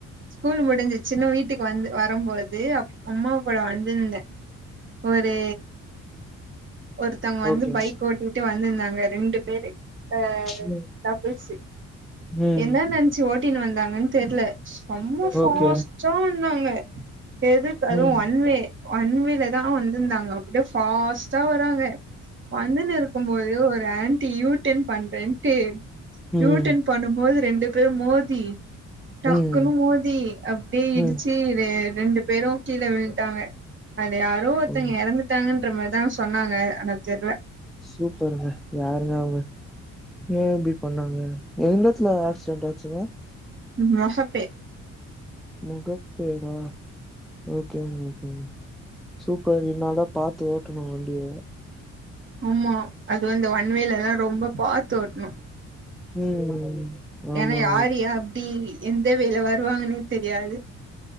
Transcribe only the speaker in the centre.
ஓகே
ம்
ம்.
ஓகே
ம் ம்
ம்
ம்
ம்
ஓ
சூப்பருங்க யாருங்க அவுங்க ஏ இப்டி பண்ணாங்க எந்த எடத்துல ஆக்சிடென்ட் ஆச்சுங்க
முகப்பேரா ஓகேங்க ஓகேங்க சூப்பர் <unintelligible> பாத்து ஓட்டணு வண்டிய
ம் ஆமாங்க